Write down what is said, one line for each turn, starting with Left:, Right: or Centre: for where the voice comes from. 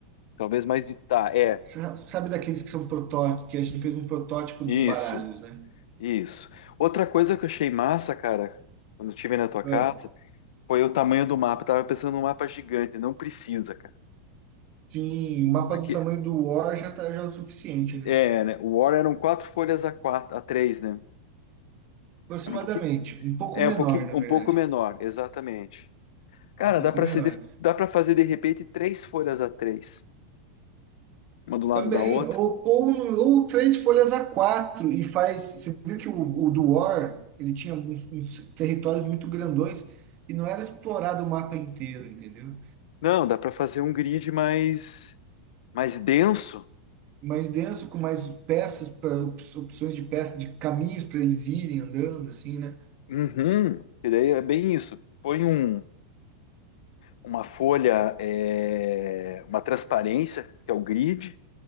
Left: Talvez mais. de- Tá, é.
Right: Sa- Sabe daqueles que são protótipos, que a gente fez um protótipo
Left: Isso,
Right: dos baralhos, né?
Left: isso. Outra coisa que eu achei massa, cara, quando eu estive na tua
Right: Ah,
Left: casa. Foi o tamanho do mapa. Eu tava pensando num mapa gigante. Não precisa, cara.
Right: sim, o mapa
Left: Aqui,
Right: do tamanho do War já tá, já é o suficiente, né?
Left: é, né? O War eram quatro folhas a quatro, a três, né?
Right: Aproximadamente,
Left: Era um pouquinho,
Right: um pouco
Left: é
Right: menor,
Left: um pouquinho,
Right: na
Left: um
Right: verdade.
Left: pouco menor, exatamente. Cara,
Right: Um pouco
Left: dá para
Right: menor.
Left: se de- dá para fazer de repente três folhas a três, uma do lado
Right: Também,
Left: da outra.
Right: ou, ou, ou três folhas a quatro e faz. Você viu que o, o do War, ele tinha uns, uns territórios muito grandões e não era explorado o mapa inteiro, entendeu?
Left: Não, dá para fazer um grid mais, mais denso.
Right: Mais denso, com mais peças, para opções de peças, de caminhos para eles irem andando, assim, né?
Left: Uhum. E daí é bem isso. Põe um, uma folha, é, uma transparência, que é o grid.